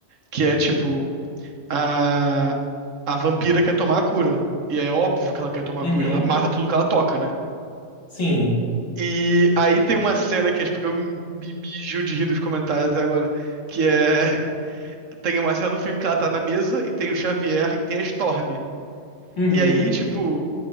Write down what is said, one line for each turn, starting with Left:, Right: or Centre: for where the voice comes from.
Right: que é tipo, a, a vampira quer tomar a cura. E é óbvio que ela quer tomar
Left: uhum,
Right: a cura, ela mata tudo que ela toca, né?
Left: sim.
Right: E aí tem uma cena que é, tipo, eu me me mijo de rir dos comentários até agora, que é <laughs> tem uma cena do filme que ela tá na mesa e tem o Xavier e tem a Storm.
Left: Uhum,
Right: E aí, tipo,